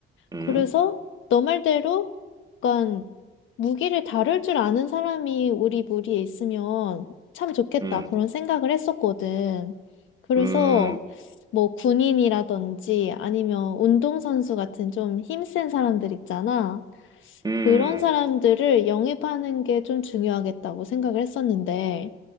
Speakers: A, on the right (about 20°); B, on the left (about 80°).
A: 음,
B: 그래서 너 말대로 약간 무기를 다룰 줄 아는 사람이 우리 무리에 있으면 참 좋겠다.
A: 음,
B: 그런 생각을 했었거든. 그래서
A: 음,
B: 뭐 군인이라든지 아니면 운동선수 같은 좀 힘센 사람들 있잖아.
A: 음,
B: 그런 사람들을 영입하는 게 좀 중요하겠다고 생각을 했었는데,